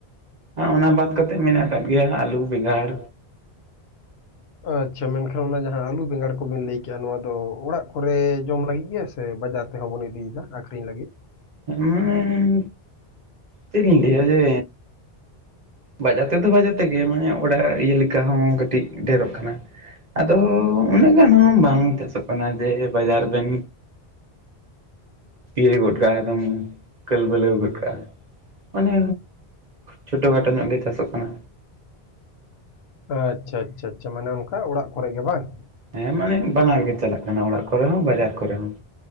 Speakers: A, on the right; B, on the left.
A: ᱚᱱᱟ ᱵᱟᱫ ᱠᱟᱛᱮᱜ ᱢᱮᱱᱟᱜ ᱟᱠᱟᱜ ᱜᱮᱭᱟ ᱟᱞᱩ ᱵᱮᱸᱜᱟᱲ
B: ᱟᱪᱪᱷᱟ ᱢᱮᱱᱠᱷᱟᱱ ᱚᱱᱟ ᱡᱟᱦᱟᱸ ᱟᱹᱞᱩ ᱵᱮᱸᱜᱟᱲ ᱠᱚᱵᱤᱱ ᱞᱟᱹᱭ ᱠᱮᱜ-ᱟ ᱱᱚᱣᱟ ᱫᱚ ᱚᱲᱟᱜ ᱠᱚᱨᱮ ᱡᱚᱢ ᱞᱟᱹᱜᱤᱫ ᱜᱮ ᱥᱮ ᱵᱟᱡᱟᱨ ᱛᱮᱦᱚᱸ ᱵᱚᱱ ᱤᱫᱤᱭᱮᱫᱟ ᱟᱠᱷᱨᱤᱧ ᱞᱟᱹᱜᱤᱫ
A: ᱩᱢᱸᱻ ᱪᱮᱫ ᱤᱧ ᱞᱟᱹᱭ-ᱟ, ᱡᱮ ᱵᱟᱡᱟᱨ ᱛᱮᱫᱚ ᱵᱟᱡᱟᱨ ᱛᱮᱜᱮ ᱢᱟᱱᱮ ᱚᱰᱟᱜ ᱤᱭᱟᱹ ᱞᱮᱠᱟ ᱦᱚᱸ ᱠᱟᱹᱴᱤᱡ ᱰᱷᱮᱨᱚᱜ ᱠᱟᱱᱟ ᱟᱫᱚ ᱩᱱᱟᱹᱜ ᱜᱟᱱ ᱦᱚᱸ ᱵᱟᱝ ᱛᱮᱥᱚᱜ ᱠᱟᱱᱟ ᱡᱮ ᱵᱟᱡᱟᱨ ᱵᱮᱱ ᱛᱤ ᱨᱮ ᱜᱚᱴ ᱟᱠᱟᱱ ᱠᱟᱹᱞ - ᱵᱟᱹᱞ ᱜᱚᱫ ᱠᱟᱜᱼᱟ᱾ ᱢᱟᱱᱮ ᱪᱷᱳᱴᱳ ᱠᱷᱟᱴᱚ ᱧᱚᱜ ᱜᱮ ᱪᱟᱥᱚᱜ ᱠᱟᱱᱟ
B: ᱟᱪᱪᱷᱟ ᱟᱪᱪᱷᱟ ᱪᱷᱟ, ᱢᱟᱱᱮ ᱚᱱᱠᱟ ᱚᱲᱟᱜ ᱠᱚᱨᱮᱜ ᱜᱮ ᱵᱟᱝ
A: ᱦᱮᱸ ᱢᱟᱱᱮ ᱵᱟᱱᱟᱨ ᱜᱮ ᱪᱟᱞᱟᱜ ᱠᱟᱱᱟ ᱚᱲᱟᱜ ᱠᱚᱨᱮ ᱦᱚᱸ ᱵᱟᱡᱟᱨ ᱠᱚᱨᱮ ᱦᱚᱸ